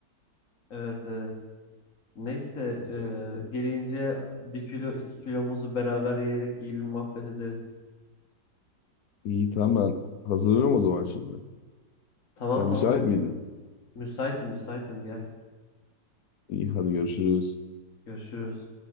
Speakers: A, on the left; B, on the left.
A: Evet evet. Neyse e, gelince bir kilo iki kilo muzu beraber yiyerek iyi bir muhabbet ederiz.
B: İyi tamam ben hazırlıyorum o zaman şimdi.
A: Tamam
B: Sen
A: tamam.
B: müsait miydin?
A: Müsaitim müsaitim gel.
B: İyi hadi görüşürüz.
A: Görüşürüz.